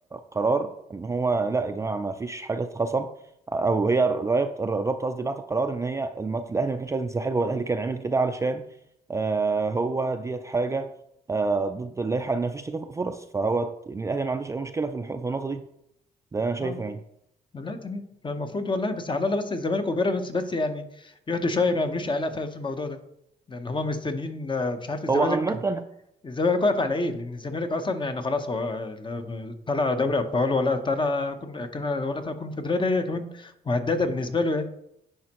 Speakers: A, on the right; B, on the left.
A: قرار ان هو لا يا جماعة ما فيش حاجة اتخصم او هي الر- الرابطة الرابطة قصدي بعت قرار ان هي الماتش الاهلي ما كانش عايز ينسحب هو الاهلي كان عامل كده علشان آه هو ديت حاجة آه ضد اللائحة ان ما فيش تكافؤ فرص فهو يعني الاهلي ما عندوش اي مشكلة في الح- في النقطة دي ده انا شايفه
B: اه
A: يعني
B: لا تمام فالمفروض والله بس على الله بس الزمالك وبيراميدز بس يعني يهدوا شويه ما يعملوش قلق في الموضوع ده لان هم مستنيين آه، مش عارف الزمالك
A: هو عامة
B: الزمالك واقف على ايه؟ لان الزمالك اصلا يعني خلاص هو لا طلع دوري ابطال ولا طلع كن- كده- ولا طلع كونفدراليه كمان وهداده بالنسبه له يعني